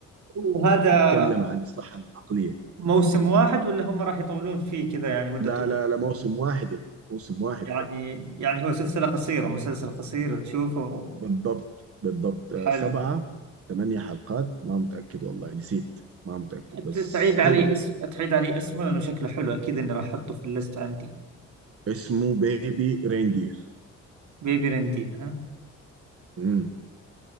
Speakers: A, on the right; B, on the right.
A: وهذا
B: بيتكلم عن الصحة العقلية
A: موسم واحد ولا هم راح يطولون فيه كذا يعني مدة
B: لا
A: طويلة
B: لا لا موسم واحد يا يعني. موسم واحد
A: يعني
B: كان
A: يعني هو سلسلة قصيرة مسلسل قصير تشوفه
B: بالضبط بالضبط
A: حلو
B: آه، سبعة ثمانية حلقات ما متأكد والله نسيت ما متأكد بس
A: ت- تعيد
B: حلو
A: علي اسم تعيد علي اسمه لأنه شكله حلو أكيد إني راح أحطه في الليست عندي
B: اسمه بيبي ريندير
A: بيبي رندين ها
B: امم